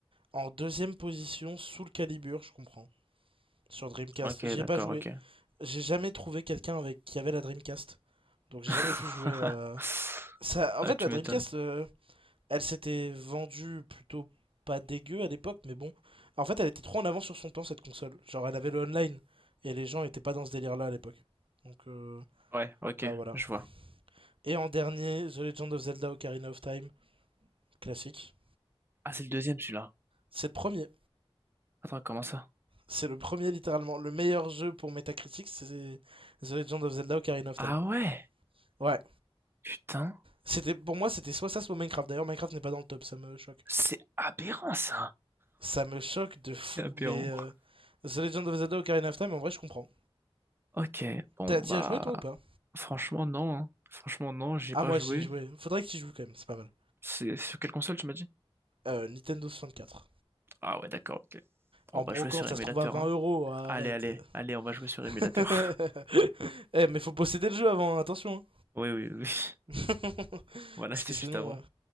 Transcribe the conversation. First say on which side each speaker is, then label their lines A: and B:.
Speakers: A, on the right (about 60°); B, on the right (about 25°).
A: En deuxième position, Soul Calibur, je comprends. Sur Dreamcast,
B: Ok,
A: j'y
B: d'accord,
A: ai pas joué.
B: ok.
A: J'ai jamais trouvé quelqu'un avec qui avait la Dreamcast. Donc j'ai
B: <laughs>
A: jamais pu jouer. euh, Ça...
B: Ah,
A: En fait,
B: tu
A: la Dreamcast,
B: m'étonnes.
A: euh, elle s'était vendue plutôt pas dégueu à l'époque, mais bon. En fait, elle était trop en avance sur son temps, cette console. Genre, elle avait le online. Et les gens étaient pas dans ce délire-là à l'époque. Donc, euh,
B: Ouais, ok,
A: bah voilà.
B: je vois.
A: Et en dernier, The Legend of Zelda Ocarina of Time, classique.
B: Ah, c'est le deuxième celui-là.
A: C'est le premier.
B: Attends, comment ça?
A: C'est le premier, littéralement. Le meilleur jeu pour Metacritic, c'est The Legend of Zelda Ocarina of
B: Ah
A: Time.
B: ouais,
A: Ouais.
B: putain,
A: C'était, pour moi, c'était soit ça, soit Minecraft. D'ailleurs, Minecraft n'est pas dans le top, ça me choque.
B: c'est aberrant ça.
A: Ça me choque de fou,
B: C'est aberrant.
A: mais euh, The Legend of Zelda Ocarina of Time, en vrai, je comprends.
B: Ok, bon
A: T'as- T'y
B: bah,
A: as joué, toi, ou pas?
B: franchement non. hein. Franchement non, j'ai
A: Ah,
B: pas
A: moi,
B: joué.
A: j'y ai joué. Faudrait que tu joues, quand même, c'est pas mal.
B: C'est sur quelle console tu m'as dit?
A: Euh, Nintendo 64.
B: Ah ouais, d'accord, ok. On
A: En
B: va
A: brocante,
B: jouer sur émulateur,
A: ça se trouve à 20
B: hein.
A: euros, arrête.
B: Allez, allez, allez, on va jouer sur
A: <laughs>
B: émulateur. <laughs>
A: Eh, mais faut posséder le jeu avant, attention.
B: Oui, oui, oui.
A: hein. <laughs>
B: On va l'acheter
A: Parce que
B: juste
A: sinon,
B: avant.
A: ouais.